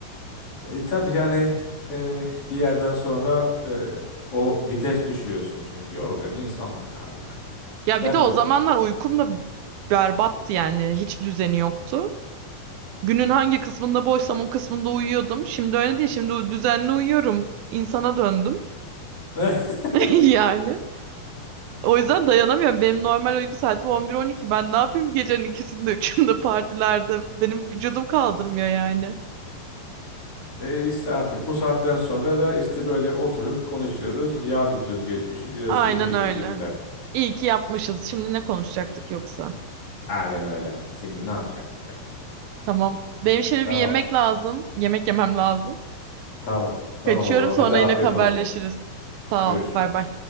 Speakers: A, on the left; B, on the right.
A: e, tabii yani e, bir yerden sonra e, o vites düşüyorsun çünkü yoruluyorsun insanlık hali yani.
B: Ya
A: Ben
B: bir de o
A: de
B: zamanlar
A: de
B: uykum da berbattı yani. Hiç düzeni yoktu. Günün hangi kısmında boşsam o kısmında uyuyordum. Şimdi öyle değil. Şimdi u- düzenli uyuyorum. İnsana döndüm.
A: aynı. <laughs>
B: <laughs> Yani. O yüzden dayanamıyorum. Benim normal uyku saatim 11-12. Ben ne yapayım gecenin ikisinde, üçünde partilerde? Benim vücudum kaldırmıyor yani.
A: E, işte artık bu saatten sonra da işte böyle oturup konuşuyoruz. Yad ediyoruz geçmişi. Diyoruz
B: Aynen
A: ki hey
B: öyle.
A: gidi günler.
B: İyi ki yapmışız. Şimdi ne konuşacaktık yoksa?
A: Aynen öyle. Şimdi ne yapacaktık yani?
B: Tamam. Benim şimdi
A: Devam.
B: bir yemek lazım. Yemek yemem lazım.
A: Tamam. Tamam
B: Kaçıyorum
A: o zaman.
B: sonra
A: Hadi afiyet
B: yine haberleşiriz.
A: olsun.
B: Sağ
A: Görüşürüz.
B: ol. Bay bay.